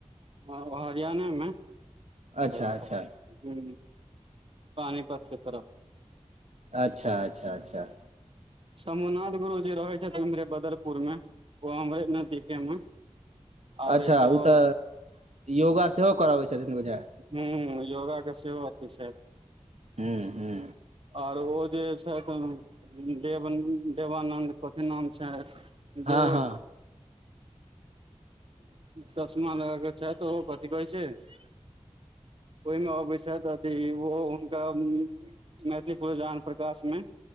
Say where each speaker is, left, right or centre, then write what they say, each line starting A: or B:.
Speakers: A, on the right (about 55°); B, on the right (about 75°).
A: हाँ ओ हरियाणे मे
B: अच्छा
A: जाय
B: अच्छा
A: छैथ हू पानिपथ के तरफ
B: अच्छा अच्छा अच्छा
A: शंभूनाथ गुरु जी रहै छथिन उमहरे बदरपुर मे ओ हमरे नजदीके मे और
B: अच्छा
A: एकटा
B: तऽ
A: ओ
B: योगा सेहो करबै छथिन बुझा
A: हू योगा के सेहो एथी छैथ
B: हूँ हूँ
A: आर ओ जे छथि देव देवानन्द कथी नाम छैन जे
B: हँ हँ
A: चशमा लगा क छैथ ओहो कथित कहै छैथ ओहिमे अब छैथ अथी ओहो हुनका <unintelligible> मैथिली प्रोग्राम प्रकाश मे